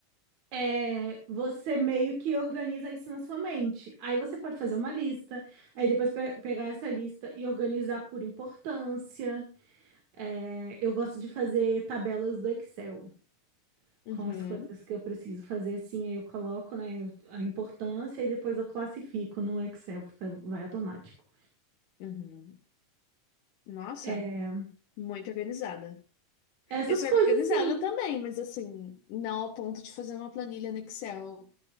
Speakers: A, on the right; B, on the left.
A: é, você meio que organiza isso na sua mente. Aí você pode fazer uma lista, aí depois pe- pegar essa lista e organizar por importância. É, eu gosto de fazer tabelas do Excel
B: Uhum,
A: com as coisas que eu preciso fazer assim, aí eu coloco, né, a importância e depois eu classifico no Excel, fica, vai automático.
B: uhum. Nossa,
A: É,
B: muito organizada.
A: Essas
B: Eu sou
A: coisas,
B: organizada
A: sim.
B: também, mas assim, não ao ponto de fazer uma planilha no Excel